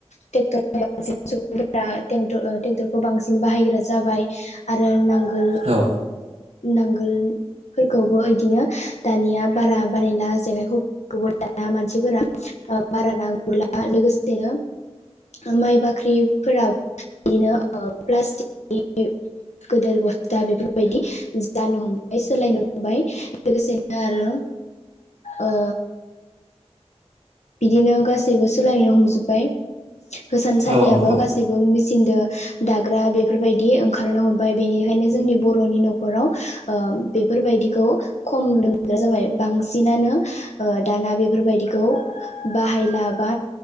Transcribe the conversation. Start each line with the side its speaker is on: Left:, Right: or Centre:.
Left: ट्रेक्टर <unintelligible> सुबुं ट्रेक्टर खौ बांसिन बाहायग्रा जाबाय आरो नांगो गोल
Right: औ
Left: नांगोलफोरखौबो इदिनो दानिया बारा बानायला जेखाय खबाय खौबो दा मानसिफोरा ओ बारा ना गुरला लोगोसेनो माइ ओ बाख्रिफोरा बिदिनो ओ प्लास्टिकनि गोदिर बस्था बेफोरबायदि जानो हमबाय सोलायनो हमबाय लोगोसे दा आरो ओ बिदिनो गासैबो सोलायनो हमजोब्बाय होसानसालियाबो
Right: औ नंगौ
Left: गासैबो मिसिनदो दाग्रा बेफोरबायदि ओंखारनो हमबाय बेनिखायनो जोंनि बर'नि न'खराव ओ बेफोरबायदिखौ खम नुनो मोनग्रा जाबाय बांसिनानो ओ दाना बेफोरबायदिखौ बाहायला बा